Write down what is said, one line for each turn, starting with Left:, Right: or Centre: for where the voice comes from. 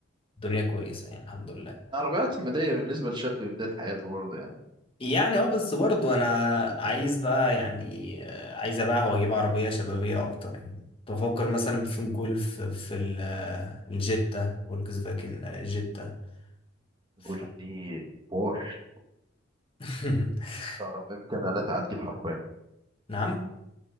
Left: الدنيا كويسه يعني الحمد لله
Right: العربيات المدية بالنسبة لشاب في بداية حياته برضه يعني
Left: يعني اه بس برضو انا عايز بقى يعني آه، عايز ابيعها واجيب عربيه شبابيه اكتر يعني كنت بفكر مثلا في الجولف في ال- آه، الجيتا فولكس فاجن آه، جيتا ف...
Right: الجولف دي حوار
Left: <laughs>
Right: أكتر عربية بتعمل عليها تعديل حرفيا
Left: نعم